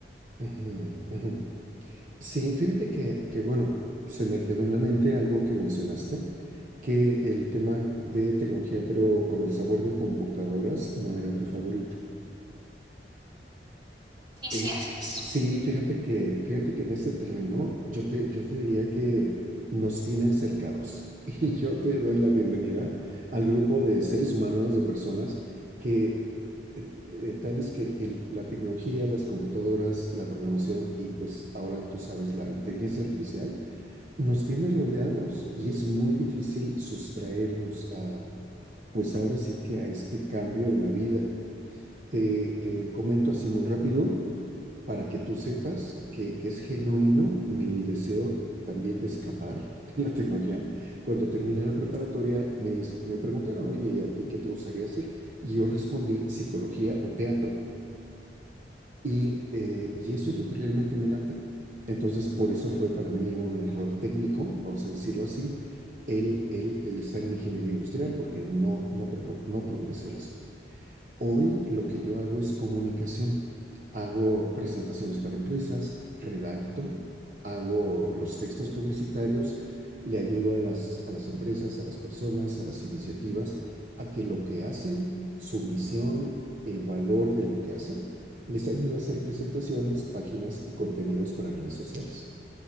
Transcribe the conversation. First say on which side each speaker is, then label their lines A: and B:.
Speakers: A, on the right; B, on the right.
A: ajá, ajá. Sí, fíjate que, que, bueno, se me quedó en la mente algo que mencionaste, que el tema de tecnología, pero con el sabor de computadoras, no era tu favorito.
B: Sí,
A: Eh,
B: sí, así es.
A: sí, fíjate que, fíjate que en este terreno yo te, yo te diría que nos tienen cercados <laughs> y yo te doy la bienvenida al grupo de seres humanos, de personas que eh, eh, tales que el- la tecnología, las computadoras, la programación y pues ahora tú sabes la inteligencia artificial nos tiene rodeados y es muy difícil sustraernos a, pues ahora sí que a este cambio en la vida. Te, te comento así muy rápido para que tú sepas que, que es genuino mi deseo también de escapar de la tecnología. Cuando terminé la preparatoria, me, me preguntaron, oye, ¿y a ti qué te gustaría hacer? Y yo respondí, psicología o teatro. Y, eh, y eso es lo que realmente me late. Entonces, por eso fue para mí un error técnico, vamos a decirlo así, el, el, el estar en ingeniería industrial, porque no, no, no progresó el asunto. Hoy lo que yo hago es comunicación. Hago presentaciones para empresas, redacto, hago los textos publicitarios, le ayudo a las, a las empresas, a las personas, a las iniciativas, a que lo que hacen, su misión, el valor de lo que hacen, les ayudo a hacer presentaciones, páginas y contenidos para redes sociales.